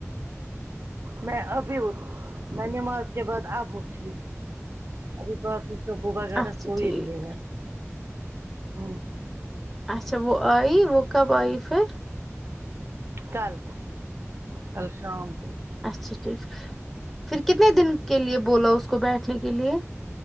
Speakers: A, on the right; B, in the centre.
A: میں ابھی اٹھ میں نماز کے بعد اب اٹھی ابھی بنی شبو وغیرہ
B: اچھا
A: سو ہی
B: ٹھیک
A: رہے ہیں ہمم
B: اچھا وہ آئی وہ کب آئی پھر
A: کل کل شام کو
B: اچھا ٹھیک پھر کتنے دن کے لیے بولا اس کو بیٹھنے کے لیے